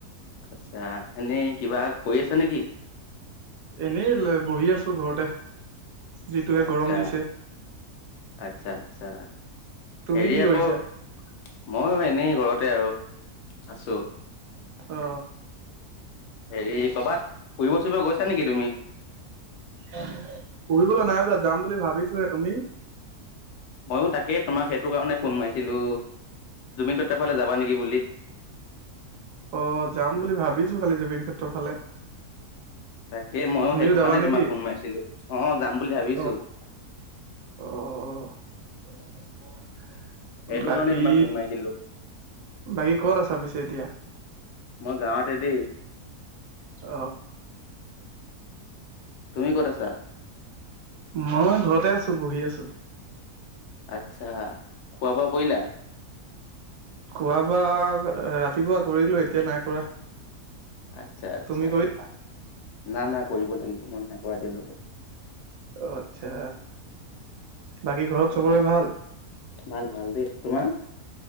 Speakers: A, on the left (about 85°); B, on the right (about 70°).
A: আচ্ছা, এনেই কিবা কৰি আছা নে কি?
B: এনেই লৈ-বহি আছোঁ ঘৰতে, যিটোহে
A: আচ্ছা
B: গৰম দিছে।
A: আচ্ছা আচ্ছা,
B: তুমি
A: হেৰি
B: কি
A: আকৌ
B: কৰিছা
A: মইয়ো এনেই ঘৰতে আৰু আছোঁ।
B: অ
A: হেৰি, ক'ৰবাত ফুৰিব-চুৰিব গৈছা নেকি তুমি?
B: ফুৰিবলৈ নাই যোৱা, যাম বুলি ভাবিছোঁহে, তুমি?
A: মইয়ো তাকেই তোমাক সেইটোকাৰণেই ফোন মাৰিছিলোঁ, জুবিনক্ষেত্ৰৰ ফালে যাবা নেকি বুলি।
B: অ', যাম বুলি ভাবিছোঁ খালি জুবিন ক্ষেত্ৰৰ ফালে।
A: তাকেই মইয়ো
B: তুমিও
A: সেইটো
B: যাবা
A: কাৰণেই
B: নেকি
A: তোমাক ফোন মাৰিছিলোঁ, অ' যাম বুলি ভাবিছোঁ।
B: অ অ'
A: সেইটো
B: বাকী
A: কাৰণেই তোমাক ফোন মাৰিছিলোঁ।
B: বাকী ক'ত আছা পিছে এতিয়া?
A: মই গাঁৱতে দেই
B: অ'।
A: তুমি ক'ত আছা?
B: মই ঘ'তে আছোঁ, বহি আছোঁ।
A: আচ্ছা। খোৱা বোৱা কৰিলা?
B: খোৱা বোৱা এ, ৰাতিপুৱা কৰিলোঁ এতিয়া নাই কৰা।
A: আচ্ছা আচ্ছা
B: তুমি কৰি
A: না না কৰিব লাগিব, মই নাই কৰা এতিয়ালৈকে।
B: অ', আচ্ছা বাকী ঘৰত
A: অ
B: চবৰে ভাল?
A: ভাল ভাল দেই, তোমাৰ?